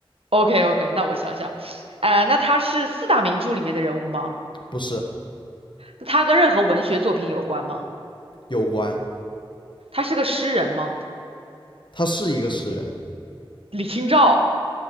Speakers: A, on the right; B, on the left.
A: OK OK，那我想想，呃，那她是四大名著里面的人物吗？
B: 不是？
A: 那她跟任何文学作品有关吗？
B: 有关，
A: 她是个诗人吗？
B: 他是一个诗人。
A: 李清照。